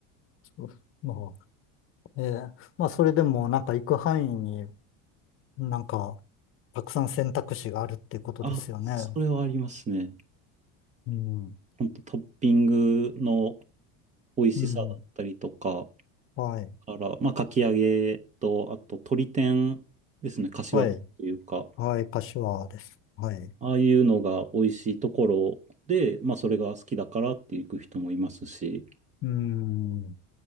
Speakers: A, on the left; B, on the right.
A: そうまあ、ええ、まあ、それでも、なんか行く範囲に、なんか、たくさん選択肢があるっていうことですよね。
B: あ、それはありますね。
A: うん。
B: 本当トッピングの美味しさだったりとか、
A: うん。はい。
B: から、まあ、かき揚げと、あと、鶏天ですね、柏というか、
A: はい。はい。柏です。はい。
B: ああいうのが美味しいところで、まあそれが好きだからって行く人もいますし、
A: うん。